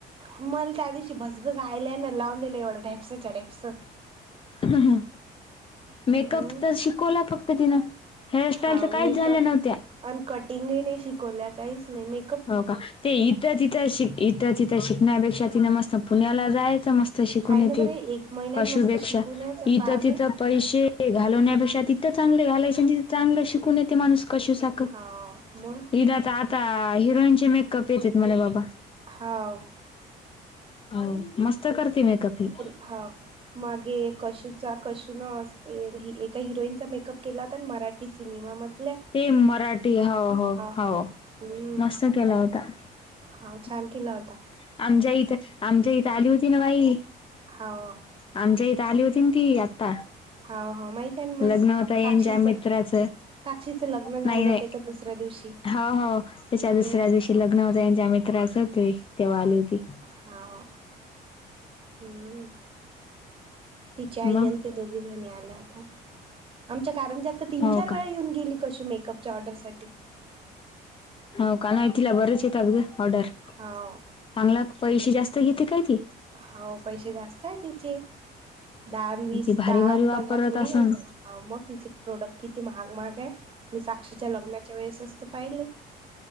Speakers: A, on the right; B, on the left.
A: मला त्या दिवशी भसभस आयलाईनर लावून दिलं एवढं ढेपच्या ढेप्स.
B: ह ह हा मेकअप
A: हम्म
B: त शिकवला फक्त तिनी हेअरस्टाईल
A: हा
B: त
A: मेकअप
B: काहीच झाल्या नव्हत्या.
A: आणि कटिंगही नाही शिकवल्या काहीच नाही मी
B: हो का ते इथं तिथं शिक इथं तिथं शिकण्यापेक्षा तिनं मस्त पुण्याला जायचं म त शिकून
A: हाय
B: येते
A: ना बरे एक महिन्यात
B: कशू
A: मस्त
B: पेक्षा
A: शिकून यायचा
B: ती इथं
A: पाहा बर
B: तिथं पैसे घालवण्यापेक्षा तिथं चांगले घालायचे आणि तिथं चांगलं शिकून ये ते माणूस कशी साकर
A: हा मग
B: हिनं त आता अ हिरोईनचे मेकअप येतेत मला बाबा
A: हाव
B: हो मस्त करते मेकअप ही
A: हाव मागे कशूचा कशु न ए एका हिरोईनचा मेकअप केला होता ना मराठी सिनेमामध्ये
B: ते मराठी हाव हो हो
A: हा हम्म
B: मस्त केला होता. हं
A: हा छान केला होता
B: आमच्या इथ आमच्या इथ आली होती ना बाई
A: हाव.
B: आमच्या इथं आली होती न ती आ ता
A: हा हा माहित आहे ना
B: लग्न
A: मग
B: होतं यांच्या
A: साक्षीचं
B: मित्राचं
A: साक्षीचं लग्न झालं
B: नाही नाही
A: त्याच्या दुसऱ्या दिवशी
B: हो हो त्यांच्या दुसऱ्या
A: हम्म हम्म
B: दिवशी ते लग्न होतं त्यांच्या मित्राचं होत ते तेव्हा आली होती.
A: हा हं हम्म तिच्या
B: मग
A: आई आणि ती दोघीजणी आल्या होत्या. आमच्या कारंज्यात त तीन
B: हो
A: चार
B: का
A: वेळा येऊन गेली कशु मेकअप च्या ऑर्डरसाठी
B: होव का नाय तिला बरेच येतात ग ऑर्डर
A: हाव.
B: चांगला पैसे जास्त घेते काय ती
A: होव पैसे जास्त आहे तिचे दहा वीस
B: ती भारी
A: दहा
B: भारी वापरत
A: पंधरा थोडी
B: असन
A: घ्यायचं हाव मग तिचे प्रोडक्ट किती महाग महाग ये. मी साक्षीच्या लग्नाच्या वेळेसच त पाहिले.